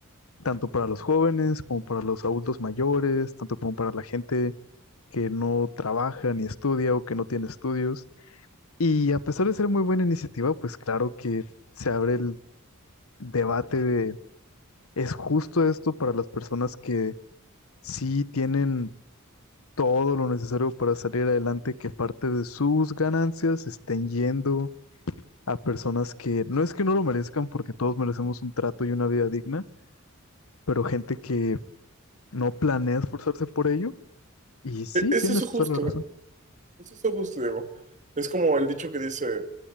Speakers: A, on the left (about 80°); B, on the right (about 35°).
A: tanto para los jóvenes como para los adultos mayores, tanto como para la gente que no trabaja ni estudia o que no tiene estudios. Y a pesar de ser muy buena iniciativa, pues claro que se abre el debate de, ¿es justo esto para las personas que sí tienen todo lo necesario para salir adelante, que parte de sus ganancias estén yendo a personas que no es que no lo merezcan, porque todos merecemos un trato y una vida digna, pero gente que no planea esforzarse por ello Y sí,
B: E- Es
A: tienes
B: eso
A: toda
B: justo,
A: la razón.
B: güey. Es eso justo, Diego. Es como el dicho que dice,